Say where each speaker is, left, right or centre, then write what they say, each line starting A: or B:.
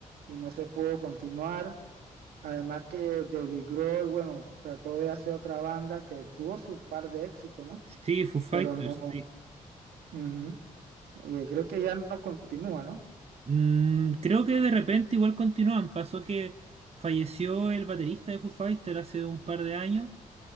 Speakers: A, on the right (about 80°); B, on the right (about 40°).
A: y no se pudo continuar. Además que David Grohl, bueno, trató de hacer otra banda que tuvo su par de éxito, ¿no?
B: sí, Foo Fighters,
A: Pero no,
B: sí.
A: ujú. Eh, creo que ya no continúa, ¿no?
B: Mm, creo que de repente igual continúan. Pasó que falleció el baterista de Foo Fighters hace un par de años